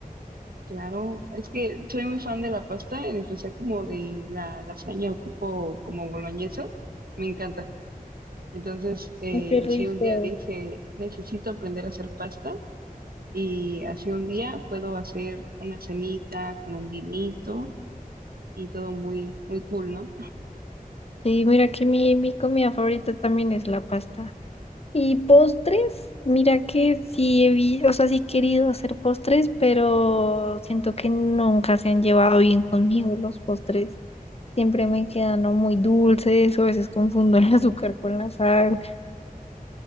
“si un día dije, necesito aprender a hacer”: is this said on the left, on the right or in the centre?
Right